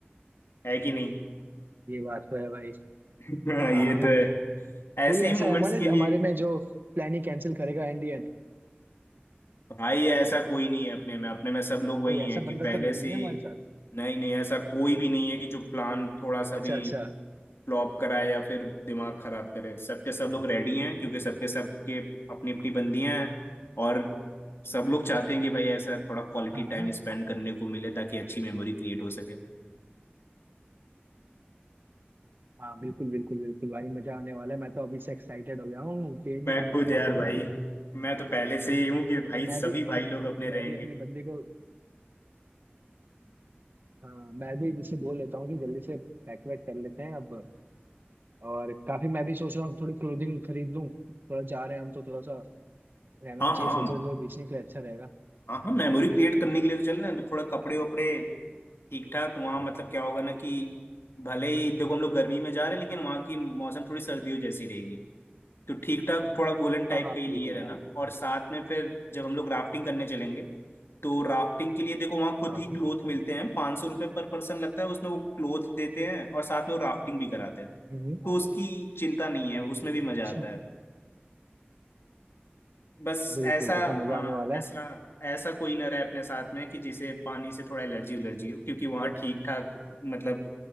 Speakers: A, on the left; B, on the right.
A: है कि नहीं
B: ये बात तो है भाई
A: <laughs> हाँ ये
B: हाँ हाँ
A: तो है
B: कोई
A: ऐसे
B: ऐसा
A: ही मोमेंट्स
B: है हमारे
A: के लिए
B: हमारे में जो प्लान ही कैंसिल करेगा एंड एंड
A: भाई ऐसा कोई नहीं है अपने में अपने में सब लोग वही
B: कोई ऐसा
A: हैं कि
B: बंदा
A: पहले
B: तो नहीं
A: से
B: है
A: ही
B: हमारे साथ
A: नहीं नहीं ऐसा कोई भी नहीं है कि जो प्लान थोड़ा सा
B: अच्छा
A: भी
B: अच्छा
A: फ्लॉप कराए या फिर दिमाग खराब करे सबके सब लोग रेडी हैं क्योंकि सबके सबके अपनी अपनी बंदियां हैं और सब लोग चाहते हैं कि भाई ऐसा थोड़ा क्वालिटी
B: हाँ
A: टाइम
B: हाँ
A: स्पेंड करने को मिले ताकि अच्छी मेमोरी क्रिएट हो सके
B: हाँ बिल्कुल बिल्कुल बिल्कुल भाई मजा आने वाला है मैं तो अभी से एक्साइटेड हो गया हूँ पेट में
A: मैं
B: गुदगुदी
A: खुद यार
B: हो रही
A: भाई
B: है मेरी
A: मैं तो पहले से ही हूँ कि भाई
B: अब मैं
A: सभी
B: भी
A: भाई लोग अपने रहेंगे
B: मैं भी अपने बंदे को हाँ मैं भी इसे बोल लेता हूँ कि जल्दी से पैक वैक कर लेते हैं अब और काफी मैं भी सोच रहा हूँ थोड़ी क्लोथिंग खरीद लूँ थोड़ा जा रहे हैं हम तो थोड़ा सा रहना
A: हाँ
B: चाहिए
A: हाँ
B: फोटो वोटो खींचने के लिए अच्छा रहेगा
A: हाँ हाँ मेमोरी क्रिएट करने के लिए तो चल रहे हैं तो थोड़ा कपड़े वपड़े ठीक ठाक वहाँ मतलब क्या होगा ना कि भले ही देखो हम लोग गर्मी में जा रहे हैं लेकिन वहाँ की मौसम थोड़ी सर्दियों जैसी रहेगी तो ठीक ठाक थोड़ा वुलन टाइप
B: हाँ हाँ
A: का ही लिए
B: बिल्कुल
A: रहना
B: बिल्कुल
A: और साथ में फिर जब हम लोग राफ्टिंग करने चलेंगे तो राफ्टिंग के लिए देखो वहाँ खुद
B: हाँ
A: ही
B: हाँ
A: क्लोथ मिलते हैं पाँच सौ रुपये पर पर्सन लगता है उसमें वो क्लोथ देते हैं और साथ में वो राफ्टिंग भी कराते हैं
B: हम्म
A: तो उसकी चिंता नहीं है उसमें भी मजा
B: अच्छा
A: आता है बस
B: बिल्कुल
A: ऐसा
B: तब तो
A: हाँ
B: मजा आने वाला है
A: ऐसा ऐसा कोई ना रहे अपने साथ में कि जिसे पानी से थोड़ा एलर्जी उलर्जी हो क्योंकि वहाँ ठीक ठाक मतलब